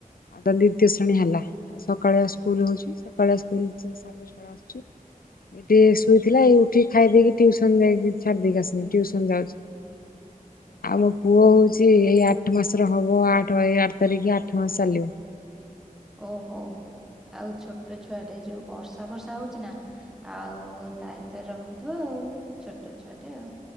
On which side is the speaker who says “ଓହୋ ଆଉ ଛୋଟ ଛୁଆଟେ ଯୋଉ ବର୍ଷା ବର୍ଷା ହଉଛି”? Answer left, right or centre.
Centre